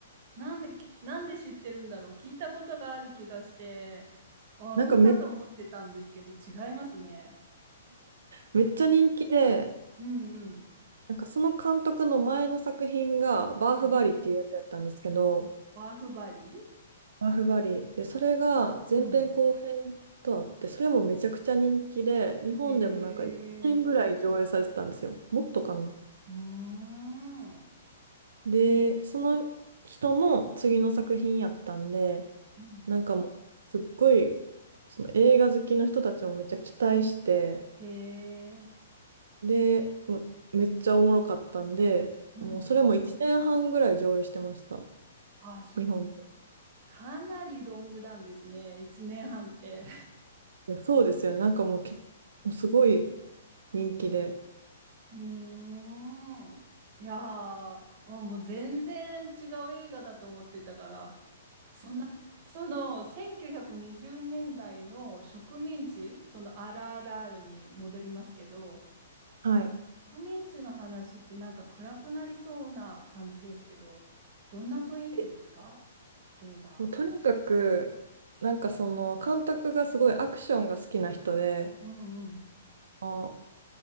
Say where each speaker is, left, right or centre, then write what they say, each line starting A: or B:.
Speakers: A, on the right; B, on the right.
A: なんでき、なんで知ってるんだろう。聞いたことがある気がして。あ、
B: なんかめ、
A: 見たと思ってたんですけど、違いますね。
B: めっちゃ人気で、
A: うんうん。
B: なんかその監督の前の作品が、バーフバリっていうやつやったんですけど、
A: うん。バーフバリ
B: バーフバリ。で、それが前編後編
A: うん。
B: とあって、それもめちゃくちゃ人気で、日本でもなんか1年ぐらい上映されてたんですよ。
A: へえ。
B: もっとかな。
A: うーん。
B: で、
A: お
B: その人の次の作品やったんで、
A: うん。
B: なんかもう、すっごい、その映画好きの人たちもめっちゃ期待して、
A: へえ。
B: で、もうめっちゃおもろかったんで、
A: うん。
B: もうそれも1年半ぐらい上映してました。
A: あ、そう。
B: 日本で。
A: かなりロングランですね。1年半って。
B: いやそうですよね。なんかもう結構すごい人気で。
A: <laughs> うーん。いやー、あもう全然違う映画だと思ってたから、そんな、その1920年代の植民地、その RRR に戻りますけど、
B: はい。
A: 植民地の話ってなんか暗くなりそうな感じですけど、どんな雰囲気ですか
B: え
A: 映画。
B: もうとにかく、なんかその監督がすごいアクションが好きな人で、
A: うんうん。
B: あ